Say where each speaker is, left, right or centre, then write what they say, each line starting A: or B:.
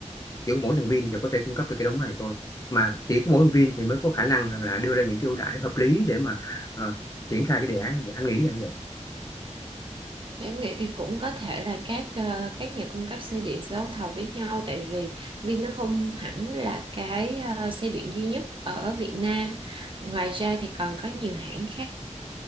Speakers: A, on the left; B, on the right.
A: chỉ có mỗi thằng Vin thì có thể cung cấp được cái đống này thôi mà chỉ có mỗi thằng Vin thì mới có khả năng rằng là đưa ra những cái ưu đãi hợp lý để mà ờ, triển khai cái đề án này anh nghĩ là như vậy
B: Em nghĩ thì cũng có thể là các ờ, các nhà cung cấp xe điện sẽ đấu thầu với nhau tại vì Vin nó không hẳn là cái ờ, xe điện duy nhất ở Việt Nam. Ngoài ra thì còn có nhiều hãng khác